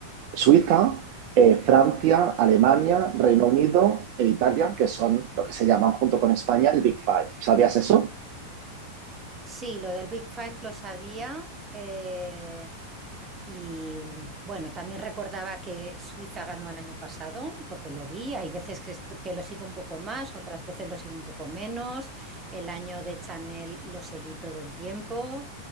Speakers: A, on the right; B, on the right.
A: Suiza, eh, Francia, Alemania, Reino Unido e Italia, que son lo que se llaman junto con España el Big Five. ¿Sabías eso?
B: Sí, lo del Big Five lo sabía eh, y bueno, también recordaba que Suiza ganó el año pasado porque lo vi. Hay veces que, est- que lo sigo un poco más, otras veces lo sigo un poco menos. El año de Chanel lo seguí todo el tiempo